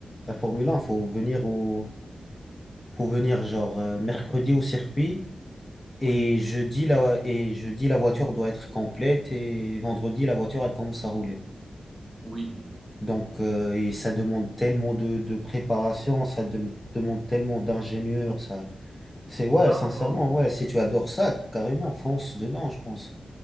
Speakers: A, on the left; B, on the right.
A: la Formule un faut venir au, faut venir genre euh, mercredi au circuit
B: Oui,
A: et jeudi, la, et jeudi, la voiture doit être complète et vendredi, la voiture, elle commence à rouler.
B: oui.
A: Donc, euh, et ça demande tellement de, de préparation, ça de- demande tellement d'ingénieurs, ça. C'est ouais,
B: D'accord.
A: sincèrement, ouais, si tu adores ça, carrément, fonce dedans, je pense.